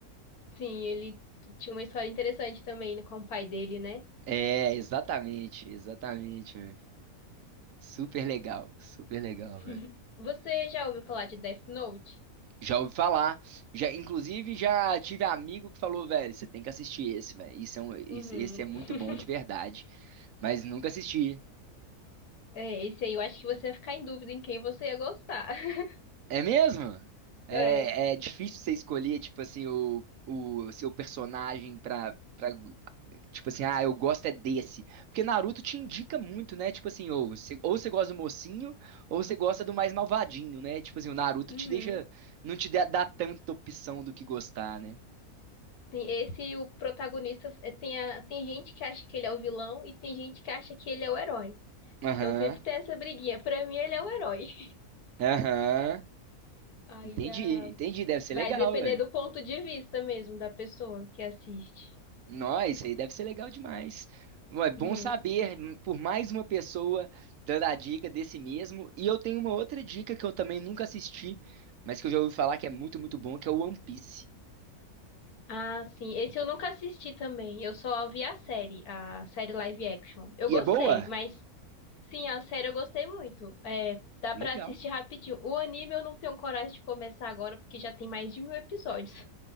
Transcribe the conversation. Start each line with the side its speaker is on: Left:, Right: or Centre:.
Left: Sim, ele tinha uma história interessante também né, com o pai dele, né?
Right: É, exatamente, exatamente, velho. Super legal, super legal,
Left: <laughs>
Right: velho.
Left: Você já ouviu falar de Death Note?
Right: Já ouvi falar. Já, inclusive, já tive amigo que falou, velho, você tem que assistir esse, velho. Isso é um, isso-
Left: Uhum.
Right: esse é muito
Left: <laughs>
Right: bom de verdade. Mas nunca assisti.
Left: É, esse aí eu acho que você ia ficar em dúvida em quem você ia gostar. <laughs>
Right: É mesmo? É,
Left: É.
Right: é difícil você escolher, tipo assim, o, o seu personagem pra, pra. Tipo assim, ah, eu gosto é desse. Porque Naruto te indica muito, né? Tipo assim, ou você, ou você gosta do mocinho, ou você gosta do mais malvadinho, né? Tipo assim, o Naruto
Left: Uhum.
Right: te deixa. Não te dá, dá tanta opção do que gostar, né?
Left: Sim, esse o protagonista é, tem, a, tem gente que acha que ele é o vilão e tem gente que acha que ele é o herói.
Right: Aham,
Left: Então sempre tem essa briguinha. Pra mim, ele é o herói. <laughs>
Right: aham.
Left: Aí
Right: Entendi,
Left: já
Right: entendi. Deve ser
Left: vai
Right: legal,
Left: depender do ponto de vista mesmo da pessoa que assiste.
Right: Nossa, isso aí deve ser legal demais. Ué, bom
Left: Uhum.
Right: saber hum, por mais uma pessoa dando a dica desse mesmo. E eu tenho uma outra dica que eu também nunca assisti, mas que eu já ouvi falar que é muito, muito bom, que é o One Piece.
Left: Ah, sim. Esse eu nunca assisti também. Eu só vi a série, a série live action. Eu
Right: E
Left: gostei,
Right: é boa?
Left: mas Sim, a série eu gostei muito. É, dá
Right: Legal.
Left: pra assistir rapidinho. O anime eu não tenho coragem de começar agora, porque já tem mais de mil episódios. <laughs>